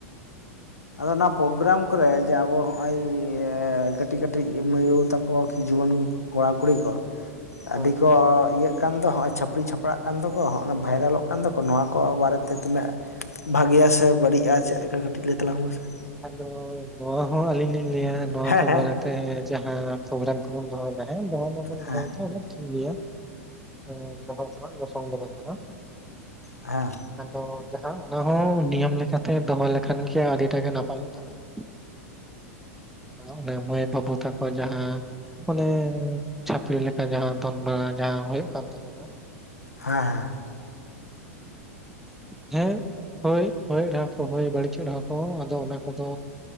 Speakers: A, on the left; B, in the centre.
A: ᱟᱫᱚ ᱚᱱᱟ ᱯᱨᱳᱜᱨᱟᱢ ᱠᱚᱨᱮ ᱡᱮ ᱟᱵᱚ ᱦᱚᱜ-ᱚᱭ ᱠᱟᱹᱴᱤᱡ ᱠᱟᱹᱴᱤᱡ ᱢᱟᱹᱭ ᱛᱮᱠᱚ ᱠᱤ ᱡᱩᱣᱟᱹᱱ ᱠᱚ ᱠᱚᱲᱟ ᱠᱩᱲᱤ ᱠᱚ ᱟᱹᱰᱤ
B: ᱦᱳᱭ
A: ᱠᱚ ᱤᱭᱟᱹᱜ ᱠᱟᱱ ᱫᱚ ᱦᱚᱜᱼᱚᱭ ᱪᱷᱟᱹᱯᱲᱤ ᱪᱷᱟᱯᱨᱟᱜ ᱠᱟᱱ ᱫᱚᱠᱚ, ᱦᱚᱜᱼᱚᱭ ᱵᱷᱟᱭᱨᱟᱞᱚᱜ ᱠᱟᱱ ᱫᱚᱠᱚ, ᱱᱚᱣᱟ ᱠᱚ ᱵᱟᱨᱮ ᱛᱮ ᱛᱤᱱᱟᱹᱜ ᱵᱷᱟᱜᱤᱭᱟ ᱥᱮ ᱵᱟᱹᱲᱤᱡᱼᱟ ᱪᱮᱫ ᱞᱮᱠᱟ ᱠᱟᱹᱴᱤᱡ ᱞᱟᱹᱭ ᱛᱟᱞᱟᱝ ᱢᱮ ᱥᱮ ᱾
B: ᱟᱫᱚ ᱱᱚᱣᱟ ᱦᱚᱸ ᱟᱹᱞᱤᱧ ᱞᱤᱧ ᱞᱟᱹᱭᱟ ᱱᱚᱣᱟ
A: ᱦᱮᱸ
B: ᱠᱚ
A: ᱦᱮᱸ
B: ᱵᱟᱨᱮ, ᱛᱮ ᱡᱟᱦᱟᱸ ᱯᱨᱳᱜᱨᱟᱢ ᱠᱚᱵᱚᱱ ᱫᱚᱦᱚᱭᱮᱫᱟ, ᱦᱮᱸ ᱫᱚᱦᱚ ᱢᱟᱵᱚᱱ ᱫᱚᱦᱚᱭᱮᱫᱟ
A: ᱦᱮᱸ
B: ᱴᱷᱤᱠ ᱜᱮᱭᱟ ᱾ ᱦᱮᱸ ᱫᱚᱦᱚ ᱦᱚᱲᱟᱜ ᱥᱚᱝ ᱫᱚ ᱵᱟᱝ ᱠᱟᱱᱟ
A: ᱦᱮᱸ
B: ᱟᱫᱚ ᱡᱟᱦᱟᱸ ᱚᱱᱟ ᱦᱚᱸ ᱱᱤᱭᱚᱢ ᱞᱮᱠᱟ ᱛᱮ ᱫᱚᱦᱚ ᱞᱮᱠᱷᱟᱱ ᱜᱮ ᱟᱹᱰᱤ ᱴᱟᱜ ᱜᱮ ᱱᱟᱯᱟᱭᱚᱜ ᱛᱟᱵᱚᱱᱟ ᱚᱱᱮ ᱢᱟᱹᱭ ᱵᱟᱹᱵᱩ ᱛᱮᱠᱚ ᱡᱟᱦᱟᱸ ᱾ ᱢᱟᱱᱮ ᱪᱷᱟᱯᱲᱤ ᱞᱮᱠᱟ ᱡᱟᱦᱟᱸ ᱫᱚᱱ ᱡᱟᱦᱟᱸ ᱦᱩᱭᱩᱜ ᱠᱟᱱ ᱛᱟᱠᱚ ᱫᱚ ᱾
A: ᱦᱮᱸ ᱦᱮᱸ
B: <inaudible> ᱦᱮᱸ ᱦᱳᱭ ᱦᱳᱭ ᱦᱳᱭ ᱵᱟᱹᱲᱤᱡᱚᱜ ᱨᱮᱦᱚᱸ ᱠᱚ, ᱟᱫᱚ ᱚᱱᱟ ᱠᱚᱫᱚ,